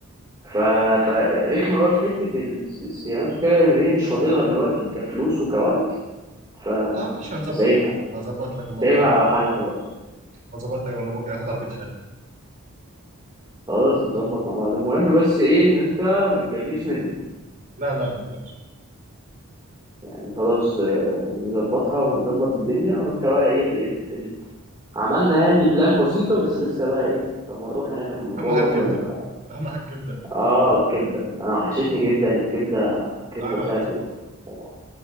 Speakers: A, on the right; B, on the right.
A: ف... فرخمه بقى في حته الس- الصيانات وكده ايه مش فاضلها دلوقتي كفلوس وكوقت ف...
B: طب ماشي هنظبطها
A: فسايبها
B: هظبط لك الموضوع
A: سايبها
B: ده
A: على حالها بقى
B: هظبط لك انا ممكن اخد عربيه خالد
A: خلاص نظبط مع بعض المهم بس ايه ان انت ما تجليش مني
B: لا لا ما تقلقش
A: يعني خلاص آه، نظبطها ونظبط الدنيا وانت بقى ايه ال... ال... ال... عملنا يعني بلان بسيطة بس لسه بقى ايه لما نروح هناك الموضوع
B: اهم حاجه
A: برضو
B: كبده
A: هيبقى
B: اهم حاجه كبده
A: اه الكبدة انا وحشتني جدا الكبدة الكبدة
B: ده عيب
A: بتاعت
B: عليك هظبطها
A: الفلاح